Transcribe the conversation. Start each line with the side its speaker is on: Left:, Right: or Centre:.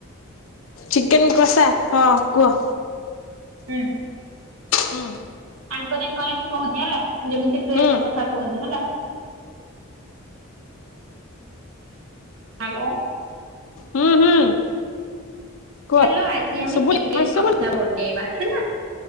Left: ଚିକେନ୍ କଷା ହଁ କୁହ।
Right: ହୁଁ
Left: ହଁ।
Right: ଆଙ୍କରିଙ୍ଗ କରିକି କହୁଛି ହେଲା। ଯେମିତି ଟ୍ରେନରେ
Left: ହୁଁ
Right: କଥା କୁହନ୍ତି ହେଲା। ହ୍ୟାଲୋ
Left: ହୁଁ ହୁଁ। କୁହ।
Right: ଚାଲ ଆଜି ଆମେ
Left: ଶୁଭୁନି
Right: ଚିକେନ
Left: ଭଏସ ଶୁଭୁନି
Right: କଷା ବନେଇବା ହେଲା।